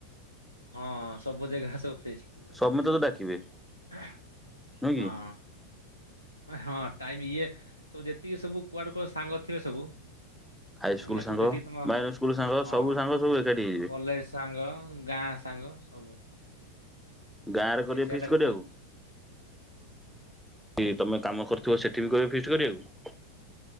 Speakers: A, on the left; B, in the centre.
A: ହଁ ସବୁ ଜାଗା ସବୁ ଫିଷ୍ଟ
B: ସମସ୍ତେ
A: ଚାଲିଥିବ
B: ତ ଡାକିବେ
A: ହଁ।
B: ନୁହେଁ କି?
A: ହଁ ଟାଇମ ଇଏ ସବୁ ଯେତିକି ସବୁ କୁଆଡେୁ କୁଆଡେ ସାଙ୍ଗ ଥିବେ ସବୁ
B: ହାଇସ୍କୁଲ
A: ମାନେ
B: ସାଙ୍ଗ
A: ସବୁ ଯେତିକି ତମ
B: ମାଇନର ସ୍କୁଲ ସାଙ୍ଗ
A: ହଁ
B: ସବୁ ସାଙ୍ଗ ସବୁ ଏକାଠି ହେଇଯିବେ।
A: କଲେଜ ସାଙ୍ଗ ଗାଁ ସାଙ୍ଗ ସବୁ
B: ଗାଁରେ
A: ଇଏ
B: କରିବେ
A: ସେଆଟାକୁ
B: ଫିଷ୍ଟ କରିବାକୁ
A: ତ ହ
B: କି ତମେ କାମ କରୁଥିବ ସେଠି ବି କହ ଫିଷ୍ଟ୍ କରିବାକୁ